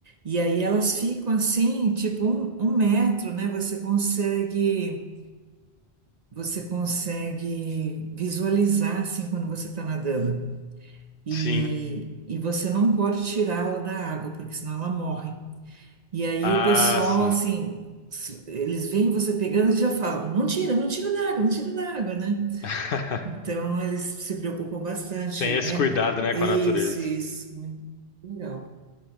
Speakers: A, on the right (about 45°); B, on the left (about 60°).
A: E aí elas ficam assim, tipo um, um metro, né? Você consegue, você consegue visualizar assim quando você está nadando. E,
B: sim,
A: e você não pode tirá-la da água, porque senão ela morre. E aí
B: ah,
A: o pessoal,
B: sim.
A: assim, s- eles veem você pegando e já falam, não tira, não tira da água, não tira da água, né?
B: <laughs>
A: Então, eles se preocupam bastante,
B: Tem esse
A: né?
B: cuidado, né,
A: Isso,
B: com a natureza.
A: isso. Muito legal.